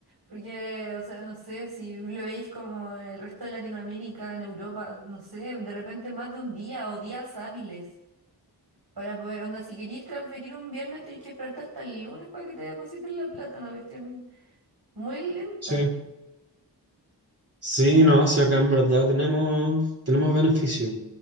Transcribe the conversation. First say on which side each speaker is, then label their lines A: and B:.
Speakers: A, on the right; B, on the right.
A: porque, o sea, no sé, si lo veis como en el resto de Latinoamérica, en Europa, no sé, de repente más de un día o días hábiles para poder, onda, si queréis transferir un viernes, tenéis que esperarte hasta el lunes para que te depositen la plata, una cuestión muy lenta.
B: Sí, sí, no, si acá en verdad tenemos, tenemos beneficios,